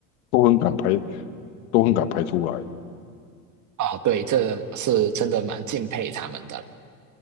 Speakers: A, on the left; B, on the right.
A: 都很敢拍，都很敢拍出来。
B: 啊，对，这是真的蛮敬佩他们的了。